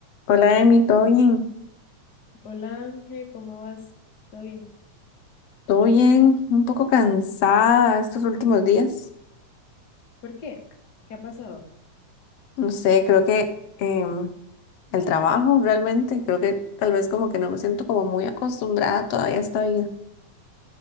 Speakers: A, on the left; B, on the left.
A: Hola, Emi, ¿todo bien?
B: Hola Ángel, ¿cómo vas? ¿Todo bien?
A: ¿Todo bien? Un poco cansada estos últimos días.
B: ¿Por qué? ¿Qué ha pasado?
A: No sé, creo que em, el trabajo realmente, creo que tal vez como que no me siento como muy acostumbrada todavía a esta vida.